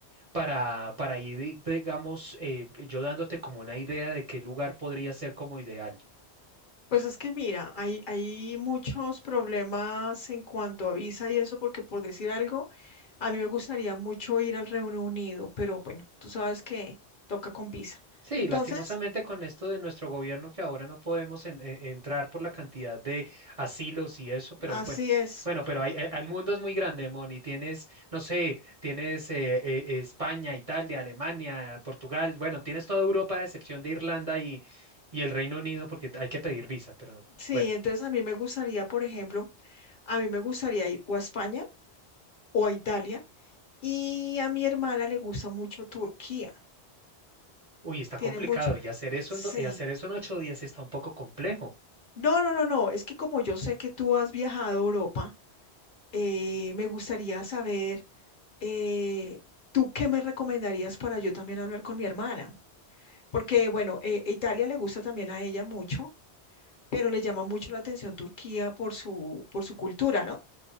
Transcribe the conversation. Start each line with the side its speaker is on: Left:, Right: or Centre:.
Right: para, para ir, di- digamos, eh, yo dándote como una idea de qué lugar podría ser como ideal?
Left: Pues es que mira, hay, hay muchos problemas en cuanto a visa y eso, porque por decir algo, a mí me gustaría mucho ir al Reino Unido, pero bueno, tú sabes que toca con visa.
Right: Sí,
Left: Entonces,
Right: lastimosamente con esto de nuestro gobierno que ahora no podemos en- e- entrar por la cantidad de asilos y eso, pero
Left: así
Right: bueno,
Left: es.
Right: bueno, pero hay- eh, el mundo es muy grande, Moni. Tienes, no sé, tienes eh, eh, España, Italia, Alemania, Portugal, bueno, tienes toda Europa a excepción de Irlanda y, y el Reino Unido porque hay que pedir visa, pero
Left: Sí,
Right: bueno,
Left: entonces a mí me gustaría, por ejemplo, a mí me gustaría ir o a España o a Italia y a mi hermana le gusta mucho Turquía.
Right: uy, está
Left: Tiene
Right: complicado
Left: mucha,
Right: y hacer eso
Left: sí,
Right: en, do- y hacer eso en ocho días está un poco complejo.
Left: No, no, no, no. Es que como yo sé que tú has viajado a Europa, eh, me gustaría saber, eh, ¿tú qué me recomendarías para yo también hablar con mi hermana? Porque, bueno, eh, Italia le gusta también a ella mucho, pero le llama mucho la atención Turquía por su, por su cultura, ¿no?